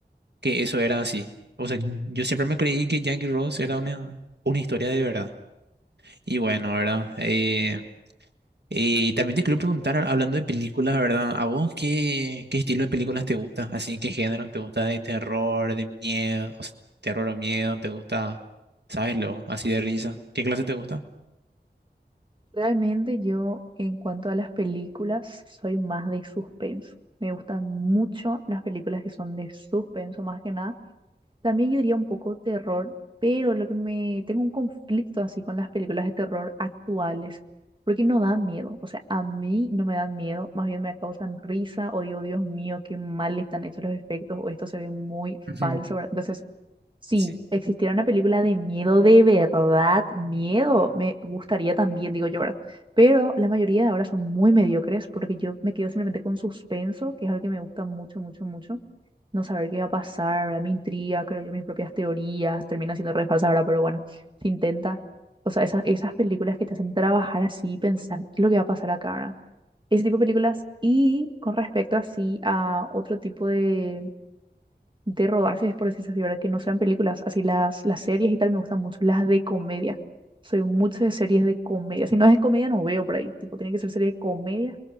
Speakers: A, on the right; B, on the right.
A: que eso era así. O sea, yo siempre me creí que Jackie Rose era una, una historia de verdad. Y bueno, ¿verdad? Eh, eh, también te quiero preguntar, hablando de películas, ¿verdad? ¿A vos qué, qué estilo de películas te gusta? Así, ¿qué género te gusta de terror, de miedo? O sea, terror o miedo, ¿te gusta, sabes lo, así de risa? ¿Qué clase te gusta?
B: Realmente yo, en cuanto a las películas, soy más de suspenso. Me gustan mucho las películas que son de suspenso más que nada. También yo diría un poco terror, pero lo que me tengo un conflicto así con las películas de terror actuales, porque no dan miedo. O sea, a mí no me dan miedo, más bien me causan risa o digo, Dios mío, qué mal están hechos los efectos o esto se ve muy
A: <laughs> Ujú,
B: falso, ¿verdad? Entonces si
A: Sí.
B: existiera una película de miedo de verdad, miedo, me gustaría también, digo yo, ¿verdad? Pero la mayoría de ahora son muy mediocres porque yo me quedo simplemente con suspenso, que es algo que me gusta mucho, mucho, mucho. No saber qué va a pasar, ¿verdad? Me intriga, creo yo mis propias teorías, termina siendo re falsa, ¿verdad? Pero bueno, se intenta. O sea, esas, esas películas que te hacen trabajar así, pensar qué es lo que va a pasar acá, ¿verdad? Ese tipo de películas. Y con respecto así a otro tipo de de rodajes, por decirse así, ¿verdad? Que no sean películas, así las, las series y tal me gustan mucho, las de comedia. Soy mucho de series de comedia. Si no es de comedia, no veo por ahí. Tipo, tienen que ser series de comedia